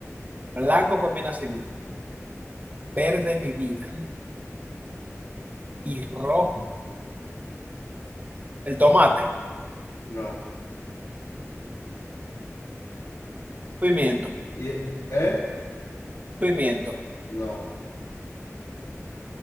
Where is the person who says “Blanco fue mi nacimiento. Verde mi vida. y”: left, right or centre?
Right